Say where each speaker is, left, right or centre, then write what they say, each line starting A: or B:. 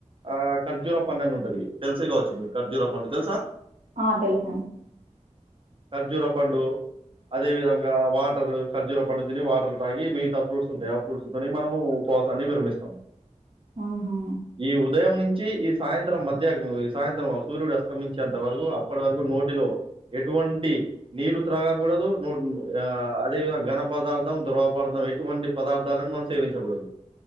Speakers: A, on the right; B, on the right.
A: ఆ ఖర్జూర పండు అని ఉంటది తెలుసే కావచ్చు మీకు ఖర్జూరా పండు తెలుసా
B: ఆ తెలుసండి
A: ఖర్జూరా పండు అదే విధంగా వాటరు ఖజ్జుర పండు తిని వాటర్ తాగి మిగతా ఫ్రూట్స్ ఉంటాయి ఆ ఫ్రూట్స్తోని మనము ఉపవాసాన్ని విరమిస్తాము
B: ఆహా
A: ఈ ఉదయం నుంచి ఈ సాయంత్రం మధ్య ఈ సాయంత్రం సూర్యుడు అస్తమించేంత వరకు అప్పటి వరకు నోటిలో ఎటువంటి నీరు త్రాగకూడదు నోటి ఆ అదేవిధంగా ఘన పదార్థం ద్రవ పదార్థం ఎటువంటి పదార్థాలని మనం సేవించకూడదు